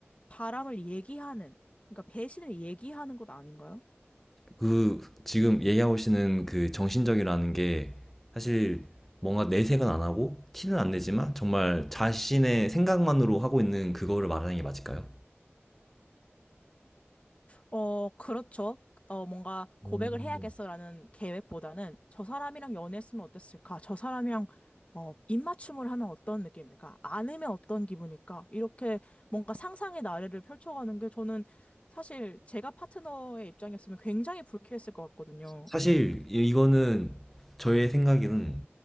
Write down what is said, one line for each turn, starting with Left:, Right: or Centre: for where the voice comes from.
Left: 바람을 얘기하는, 그러니까 배신을 얘기하는 것 아닌가요?
Centre: 그 지금 얘기하시는 그 정신적이라는 게 사실 뭔가 내색은 안 하고 티는 안 내지만 정말 자신의 생각만으로 하고 있는 그거를 말하는 게 맞을까요?
Left: 어, 그렇죠. 어, 뭔가 고백을
Centre: 음,
Left: 해야겠어라는 계획보다는 저 사람이랑 연애했으면 어땠을까? 저 사람이랑 어, 입맞춤을 하면 어떤 느낌일까? 안으면 어떤 기분일까? 이렇게 뭔가 상상의 나래를 펼쳐가는 게 저는 사실 제가 파트너의 입장이었으면 굉장히 불쾌했을 것 같거든요.
Centre: 사실 이- 이거는 저의 생각에는